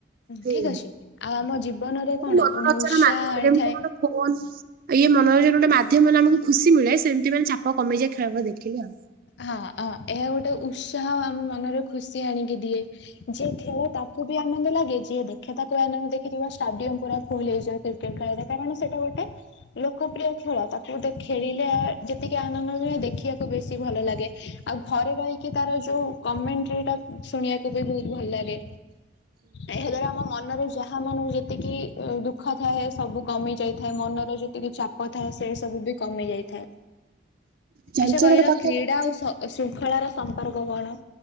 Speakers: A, on the right; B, on the left.
A: ହୁଁ
B: ଠିକ ଅଛି। ଆଉ ଆମ ଜୀବନରେ
A: ଗୋଟେ
B: କଣ?
A: ମନୋରଞ୍ଜନ
B: ପୁଣି ଉତ୍ସାହ
A: ମାଧ୍ୟମ
B: ଆଣିଥାଏ।।
A: <unintelligible> ଇଏ ମନୋରଞ୍ଜନ ଗୋଟ ମାଧ୍ୟମରେ ଆମକୁ ଖୁସି ମିଳେ। ସେମିତି ମାନେ ଚାପ କମିଯାଇ ଖେଳ ଫେଳ ଦେଖିଲି ଆଉ।
B: ହଁ, ହଁ ଏହା ଗୋଟେ ଉତ୍ସାହ ଆମ ମନରେ ଖୁସି ଆଣିକି ଦିଏ। ଯିଏ ଖେଳେ ତାକୁ ବି ଆନନ୍ଦ ଲାଗେ। ଯିଏ ଦେଖେ ତାକୁ ବି ଆନନ୍ଦ, ଦେଖିଥିବେ ଷ୍ଟାଡିୟମ ପୁରା ଫୁଲ ହେଇଯାଏ କ୍ରିକେଟ ଖେଳ ଦେଖିବାକୁ। କାରଣ ସେଇଟା ଗୋଟେ ଲୋକପିୟ ଖେଳ। ତାକୁ ଖେଳିଲେ ଯେତିକି ଆନନ୍ଦ ନୁହେଁ ଦେଖିବାକୁ ବେଶୀ ଭଲ ଲାଗେ। ଆଉ ଘରେ ରହିକି ତାର ଯୋଉ, କମେଣ୍ଟ୍ରିଟା ଶୁଣିବାକୁ ବି ବହୁତ ଭଲ ଲାଗେ। ଏହା ଦ୍ଵାରା ଆମ ମନରେ ଯାହା ମାନ ଯେ ତିକି ଦୁଃଖ ଥାଏ ସବୁ କମି ଯାଇଥାଏ। ମନର ଯେତିକି ଚାପ ଥାଏ ସେ ସବୁ ବି କମି ଯାଇଥାଏ।
A: ଜାଣିଛ
B: ଆଛା କହିଲ
A: ଗୋଟେ କଥା
B: କ୍ରୀଡା
A: ଜାଣିଛ?
B: ଆଉ ଶ ଶୃଙ୍ଖଳାର ସମ୍ପର୍କ କଣ?